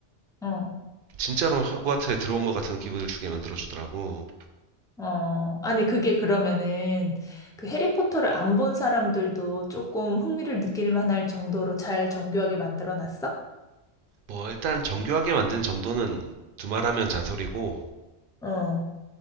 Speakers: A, in the centre; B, on the right.
A: 어.
B: 진짜로 호그와트에 들어온 것 같은 기분을 주게 만들어주더라고.
A: 어, 아니, 그게 그러면은 그 해리포터를 안 본 사람들도 조금 흥미를 느낄 만할 정도로 잘 정교하게 만들어 놨어?
B: 뭐 일단 정교하게 만든 정도는 두말하면 잔소리고
A: 어,